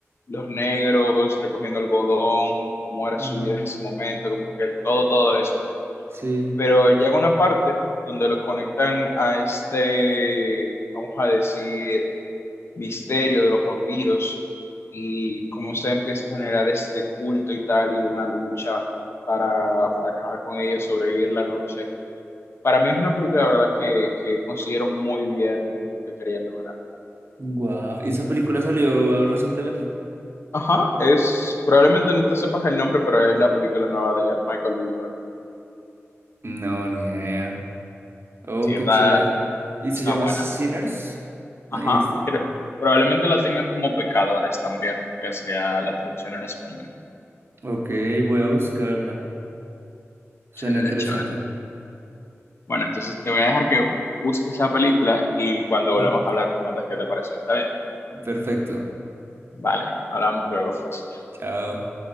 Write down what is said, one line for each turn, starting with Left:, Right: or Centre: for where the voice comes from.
Left: los negros recogiendo algodón, cómo era
Right: Ajá,
Left: su vida en ese momento, como que todo, todo eso
Right: sí.
Left: pero llega una parte donde lo conectan a este, vamos a decir, misterio de los vampiros y cómo se empieza a generar este culto y tal y una lucha para, para acabar con ellos, sobrevivir la noche. Para mí es una película, la verdad, que, que considero muy bien lo que querían lograr.
Right: Wow. ¿Y esa película salió recientemente?
Left: Ajá, es, probablemente no te sepas el nombre, pero es la película nueva de Michael B. Jordan.
Right: No, ni idea. Oh,
Left: Sí,
Right: qué
Left: está,
Right: chévere. ¿Y se
Left: está
Right: llama
Left: buena.
Right: Sinners? ¿Me
Left: Ajá,
Right: dijiste?
Left: creo- probablemente la tengan como pecadores también, que sería la traducción en español.
Right: Ok, voy a buscarla. Suena
Left: Chévere,
Right: interesante.
Left: chévere. Bueno, entonces te voy a dejar que busques la película y cuando volvamos
Right: <laughs>
Left: a hablar me cuentas qué te pareció. ¿Está bien?
Right: Perfecto.
Left: Vale, hablamos luego, pues.
Right: Chao.